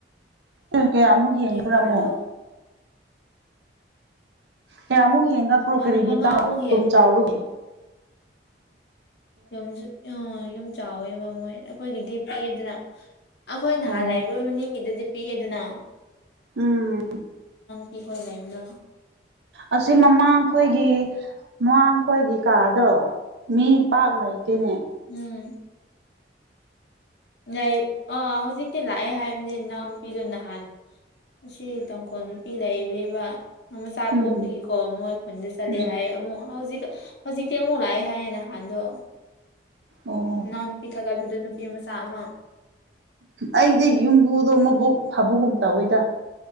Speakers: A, on the right (about 70°); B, on the left (about 70°).
A: ꯑꯦ ꯀꯌꯥꯃꯨꯛ ꯍꯦꯟꯕ꯭ꯔꯥ
B: ꯀꯥꯗꯣ
A: ꯑꯃꯣꯛ ꯀꯌꯥꯃꯨꯛ ꯍꯦꯟꯒꯄ꯭ꯔꯣ
B: ꯑꯝ
A: ꯀꯔꯤꯒꯤ
B: ꯃꯉꯥꯃꯨꯛ
A: ꯇꯥꯕ
B: ꯍꯦ
A: ꯔꯨꯝ ꯆꯥꯎꯕꯒꯤ
B: ꯌꯝꯖꯨ ꯑꯥ ꯌꯨꯝ ꯆꯥꯎꯋꯦꯕ ꯃꯣꯏꯅ ꯑꯩꯈꯣꯏꯒꯤꯗꯤ ꯄꯤꯛꯑꯦꯗꯅ ꯑꯩꯈꯣꯏ ꯅꯍꯥꯟ
A: ꯑꯣ
B: ꯂꯩꯕ ꯃꯅꯤꯡꯒꯤꯗꯨꯗꯤ ꯄꯤꯛꯑꯦꯗꯅ
A: ꯎꯝ
B: ꯄꯤ ꯈꯣꯏ ꯂꯩꯕꯗꯨ
A: ꯑꯁꯤ ꯃꯃꯥꯡꯈꯣꯏꯒꯤ ꯃꯃꯥꯡ ꯑꯩꯈꯣꯏꯒꯤ ꯀꯥꯗꯣ ꯃꯤ ꯄꯥꯛ ꯂꯩꯇꯦꯅꯦ
B: ꯎꯝ ꯂꯩ ꯑꯥ ꯍꯧꯖꯤꯛꯇꯤ ꯂꯥꯛꯑꯦ ꯍꯥꯏꯕꯅꯤ ꯅꯥ ꯅꯨꯄꯤꯗꯨ ꯅꯍꯥꯟ ꯁꯤ ꯇꯥꯡꯈꯣꯜ ꯅꯨꯄꯤ ꯂꯩꯕꯅꯦꯕ ꯃꯆꯥ
A: ꯎꯝ
B: ꯄꯣꯛꯄꯒꯤꯀꯣ ꯃꯣꯏ ꯈꯨꯟꯗ ꯆꯠꯂꯦ
A: ꯎꯝ
B: ꯍꯥꯏꯌꯦ ꯑꯃꯨꯛ ꯍꯧꯖꯤꯛ ꯍꯧꯖꯤꯛꯇꯤ ꯑꯃꯨꯛ ꯂꯥꯛꯑꯦ ꯍꯥꯏꯌꯦ ꯅꯍꯥꯟꯗꯣ
A: ꯑꯣ
B: ꯏꯅꯥꯎ ꯅꯨꯄꯤ ꯊꯒꯠꯕꯗꯣ ꯅꯨꯄꯤ ꯑꯃ ꯇ ꯑꯃ
A: ꯑꯩꯗꯤ ꯌꯨꯝꯕꯨꯗꯣ ꯃꯕꯨꯛ ꯐꯕꯒꯨꯝ ꯇꯧꯋꯤꯗ